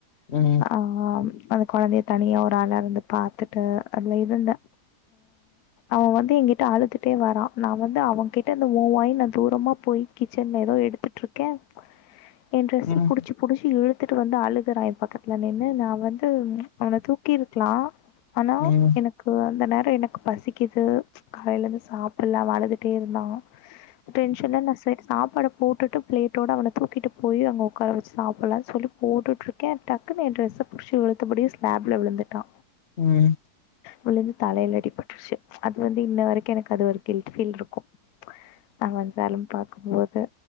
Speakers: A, on the left; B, on the left.
A: ம்,
B: ஆம் அந்த கொழந்தய தனியா ஒரு ஆளா இருந்து பாத்துட்டு அதுல இருந்தே அவ வந்து எங்கிட்ட அழுதுட்டே வரா நா வந்து அவன் கிட்ட இருந்து மூவாகி நா தூரமா போய் கிச்சன்ல ஏதோ எடுத்துட்ருக்கே ஏ ட்ரெஸ்சு
A: ம்,
B: புடிச்சி புடிச்சி இழு த்துட்டு வந்து அழுகறா ஏ பக்கத்துல நின்னு நா வந்து அவன தூக்கிருக்கலா ஆனா
A: ம், ம்,
B: எனக்கு அந்த நேர அப்ப எனக்கு பசிக்குது காலையிலேருந்து சாப்பலா அவ அழுதுட்டேருந்தா டென்ஷன்ல நா சேத்து சாப்பாட போட்டுட்டு பிளேட்டோடு அவன தூக்கிட்டு போய் அங்க ஒக்கார வச்சு சாப்பலாம்னு சொல்லி போட்டுட்டுருக்கே டக்குனு ஏ ட்ரெஸ் புடிச் இழுத்தபடி ஸ்லாப்ல விழுந்துட்டா
A: ம்
B: விழுந்து தலையில அடிபட்டுருச்சு அது வந்து இன்ன வரைக்கு எனக்கு அது ஒரு கில்ட் ஃபீல் இருக்கு அ தழும்பு பாக்கும்போது